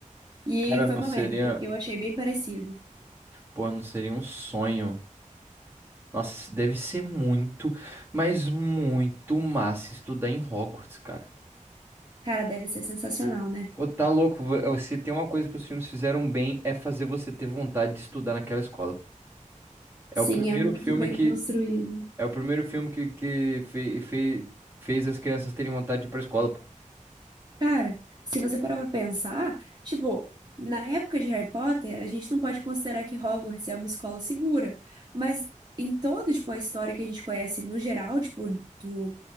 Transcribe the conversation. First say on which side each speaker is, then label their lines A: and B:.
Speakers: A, on the right; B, on the right.
A: E
B: Cara,
A: foi
B: não
A: uma
B: seria.
A: merda, porque eu achei bem parecido.
B: Porra, não seria um sonho. Nossa, deve ser muito, mas muito massa estudar em Hogwarts, cara.
A: Cara, deve ser sensacional, né?
B: Ô, tá louco, vo- eh, se tem uma coisa que os filmes fizeram bem é fazer você ter vontade de estudar naquela escola. É
A: Sim,
B: o primeiro
A: é muito
B: filme
A: bem
B: que
A: construído.
B: é o primeiro filme que, que fe- fe- fez as crianças terem vontade de ir pra escola. pô.
A: Cara, se você parar pra pensar, tipo, na época de Harry Potter, a gente não pode considerar que Hogwarts é uma escola segura, mas em toda, tipo, a história que a gente conhece no geral, tipo, do,